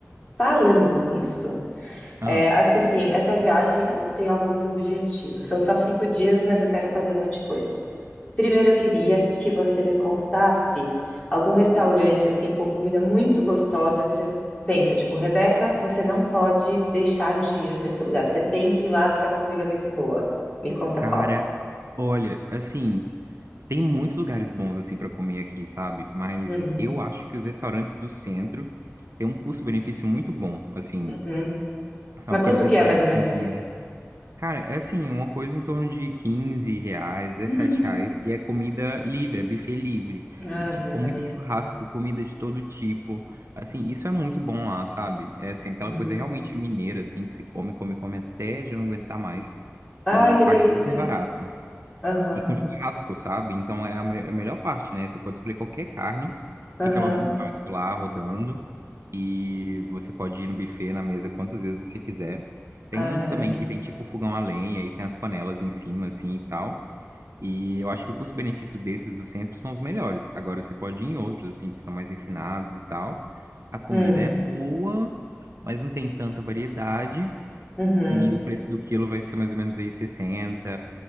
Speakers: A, on the left; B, on the right.
A: Falando nisso,
B: Ah,
A: é, acho que assim, essa viagem eu tenho alguns objetivos. São só cinco dias, mas eu quero fazer um monte de coisa. Primeiro, eu queria que você me contasse algum restaurante assim com comida muito gostosa que você pensa, tipo, Rebeca, você não pode deixar de ir nesse lugar. Você tem que ir lá porque a comida é muito boa. Me conta
B: cara,
A: qual.
B: olha, assim, tem muitos lugares bons assim pra comer aqui, sabe? Mas
A: Hum.
B: eu acho que os restaurantes do centro têm um custo-benefício muito bom, assim.
A: Uhum.
B: São
A: Mas
B: aqueles
A: quanto
B: restaurantes
A: que é, mais ou menos?
B: com comida Cara, é assim, uma coisa em torno de 15 reais, 17
A: Hum.
B: reais, e é comida livre, é buffet livre.
A: Ave
B: E, tipo, com
A: Maria.
B: muito churrasco, comida de todo tipo. Assim, isso é muito bom lá, sabe? É, assim, aquela
A: Uhum.
B: coisa realmente mineira, assim, que você come, come, come até já não aguentar mais.
A: Ai,
B: E
A: que
B: paga
A: delícia.
B: super barato.
A: Aham,
B: E com churrasco, sabe? Então é a, me- é a melhor parte, né? Você pode escolher qualquer carne,
A: aham.
B: fica lá o churrasco lá rodando e você pode ir no buffet, na mesa, quantas vezes você quiser. Tem
A: Ai,
B: uns
A: maravilha.
B: também que tem tipo fogão a lenha e tem as panelas em cima, assim e tal. E eu acho que o custo-benefício desses do centro são os melhores. Agora você pode ir em outros, assim, que são mais refinados e tal. A comida
A: Hum.
B: é boa, mas não tem tanta variedade.
A: Uhum.
B: E o preço do quilo vai ser mais ou menos aí 60